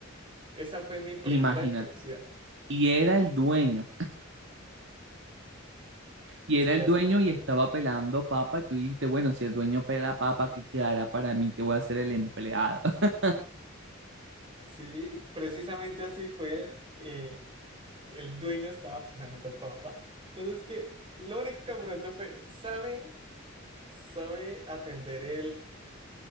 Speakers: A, on the right; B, on the right.
A: Esa fue mi primera
B: Imagínate.
A: impresión.
B: Y era el dueño, y
A: Sí,
B: era el
A: así
B: dueño
A: es.
B: y estaba pelando papa, y tú dijiste, bueno, si el dueño pela papa, ¿qué quedará para mí? que voy a ser el empleado? <laughs>
A: Sí, precisamente así fue. eh, el dueño estaba pelando papa. Entonces, que lo único que me preguntó fue, ¿sabe, sabe atender el,